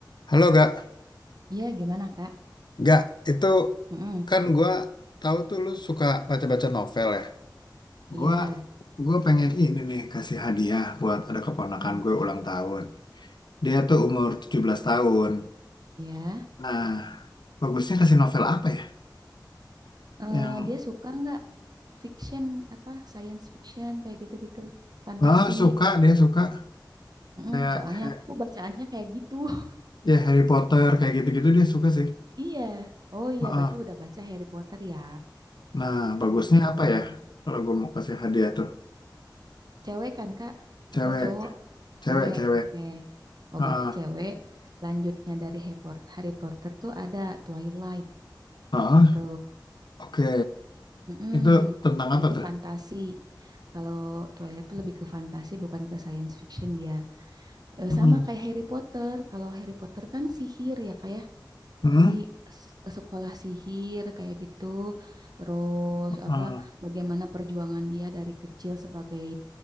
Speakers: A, on the left; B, on the right.
A: Halo gak,
B: Iya, gimana, Kak?
A: gak itu
B: Mm-mm.
A: kan gua tahu tuh lu suka baca-baca novel ya.
B: Iya,
A: Gua gua pengen ini nih kasih hadiah buat ada keponakan
B: Heeh.
A: gue ulang tahun. Dia tuh umur 17 tahun.
B: ya.
A: Nah, bagusnya kasih novel apa ya?
B: Eh,
A: Yang
B: dia suka nggak fiction, apa, science fiction, kayak gitu-gitu. Fantasi.
A: oh, suka dia suka
B: Mm-mm,
A: kayak
B: soalnya
A: Ha-
B: aku bacaannya kayak gitu. <laughs>
A: ya Harry Potter kayak gitu-gitu dia suka sih.
B: Iya. Oh iya,
A: Heeh.
B: berarti udah baca Harry Potter ya.
A: Nah, bagusnya
B: Mm-mm.
A: apa ya? Kalau gue mau kasih hadiah tuh
B: Cewek kan, Kak?
A: cewek,
B: Atau cowok?
A: cewek,
B: Cewek,
A: cewek.
B: oke. Oh,
A: Heeh.
B: berarti cewek. Lanjutnya dari Harry Pot- Harry Potter tuh ada Twilight,
A: Heeh.
B: gitu.
A: Oke,
B: Mm-mm.
A: itu tentang
B: Nah,
A: apa
B: itu
A: tuh?
B: fantasi. Kalau Twilight itu lebih ke fantasi, bukan ke science fiction dia. Eh,
A: Mm-mm.
B: Sama kayak Harry Potter. Kalau Harry Potter kan sihir ya kayak.
A: Mm-mm.
B: Jadi s- sekolah sihir kayak gitu. Terus
A: Ah,
B: apa bagaimana perjuangan dia dari kecil sebagai